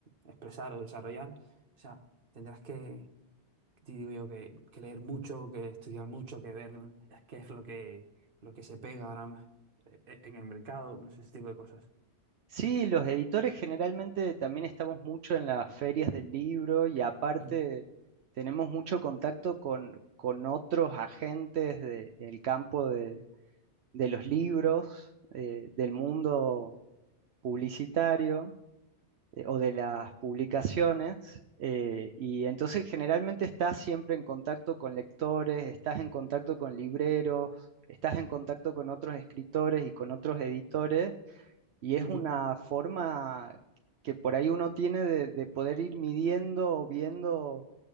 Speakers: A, on the right (about 55°); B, on the right (about 70°).
A: expresar o desarrollar, o sea, tendrás que digo yo que, que leer mucho, que estudiar mucho, que ver qué es lo que, lo que se pega ahora m- e- e- en el mercado, no sé, ese tipo de cosas.
B: Sí, los editores generalmente también estamos mucho en las ferias del libro y aparte
A: Mm,
B: tenemos mucho contacto con, con otros agentes de- del campo de, de los libros, eh, del mundo publicitario eh, o de las publicaciones eh, y entonces generalmente estás siempre en contacto con lectores, estás en contacto con libreros, estás en contacto con otros escritores y con otros editores y es
A: ujú,
B: una forma que por ahí uno tiene de, de poder ir midiendo o viendo